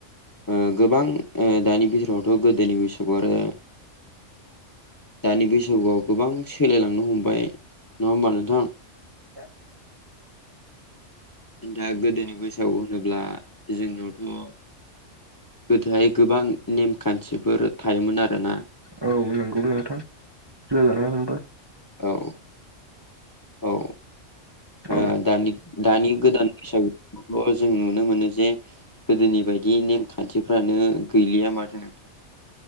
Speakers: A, on the left; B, on the right.
A: ओ गोबां ओ दानि बिथोरावथ' गोदोनि बैसागु आरो दानि बैसागुआव गोबां सोलायलांनो हमबाय नङा होमबा नोंथां?
B: हा
A: नोंथाङा गोदोनि बैसागु होनोब्ला जोंनियावथ' गोदोहाय गोबां नेमखान्थिफोर थायोमोन आरोना
B: औ नौंगौ नोंथां सोलायलांनो हमबाय
A: औ औ
B: औ
A: ओ दानि दानि गोदान बैसागुल' जों नुनो मोनो जे गोदोनि बायदि नेमखान्थिफ्रानो गैलिया माथो